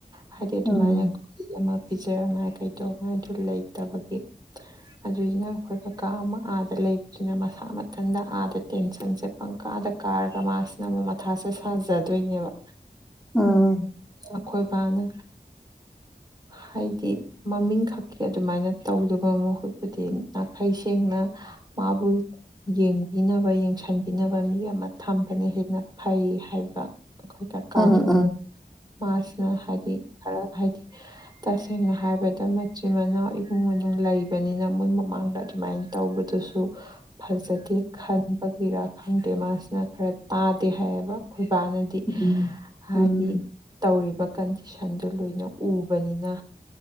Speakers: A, on the right (about 25°); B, in the centre.
A: ꯍꯥꯏꯗꯤ ꯑꯗꯨꯃꯥꯏꯅ
B: ꯎꯝ ꯎꯝ
A: ꯑꯃ ꯄꯤꯖꯅꯉꯥꯏ ꯀꯩꯗꯧꯉꯥꯏꯗꯨ ꯂꯩꯇꯕꯒꯤ ꯑꯗꯨꯏꯁꯤꯅ ꯑꯩꯈꯣꯏ ꯀꯀꯥ ꯑꯃ ꯑꯥꯗ ꯂꯩꯕꯁꯤꯅ ꯃꯁꯥ ꯃꯊꯟꯇ ꯑꯥꯗ ꯇꯦꯟꯁꯟꯁꯦ ꯄꯪꯀꯥꯗ ꯀꯥꯔꯒ ꯃꯥꯁꯤꯅ ꯑꯃꯨꯛ ꯃꯊꯥꯁꯦ ꯁꯥꯖꯗꯣꯏꯅꯦꯕ
B: ꯎꯝ
A: ꯑꯀꯣꯏꯕꯅ ꯍꯥꯏꯗꯤ ꯃꯃꯤꯡ ꯈꯛꯀꯤ ꯑꯗꯨꯃꯥꯏꯅ ꯇꯧꯗꯕ ꯃꯍꯨꯠꯄꯨꯗꯤ ꯅꯥꯈꯩ ꯁꯦꯡꯅ ꯃꯥꯕꯨꯜ ꯌꯦꯡꯕꯤꯅꯕ ꯌꯦꯡꯁꯤꯟꯕꯤꯅꯕ ꯃꯤ ꯑꯃ ꯊꯝꯕꯅ ꯍꯦꯟꯅ ꯐꯩ ꯍꯥꯏꯕ ꯑꯩꯈꯣꯏ ꯀꯔꯀꯥꯟꯗꯨꯗ
B: ꯎꯝ ꯎꯝ
A: ꯃꯥꯁꯤꯅ ꯍꯥꯏꯗꯤ ꯈꯔ ꯍꯥꯏꯗꯤ ꯇꯁꯦꯡꯅ ꯍꯥꯏꯕꯗ ꯃꯆꯤꯟ ꯃꯅꯥꯎ ꯏꯃꯨꯡ ꯃꯅꯨꯡ ꯂꯩꯕꯅꯤꯅ ꯃꯣꯏ ꯃꯃꯥꯡꯗ ꯑꯗꯨꯃꯥꯏꯅ ꯇꯧꯕꯗꯨꯁꯨ ꯐꯖꯗꯦ ꯈꯟ ꯄꯕꯤꯔꯥ ꯈꯪꯗꯦ ꯃꯥꯁꯤꯅ ꯈꯔ ꯇꯥꯗꯦ ꯍꯥꯏꯌꯦꯕ ꯑꯩꯈꯣꯏꯕꯥꯅꯗꯤ
B: ꯎꯝ
A: ꯍꯥꯏꯗꯤ
B: ꯎꯝ
A: ꯇꯧꯔꯤꯕ ꯀꯟꯗꯤꯁꯟꯗꯨ ꯂꯣꯏꯅ ꯎꯕꯅꯤꯅ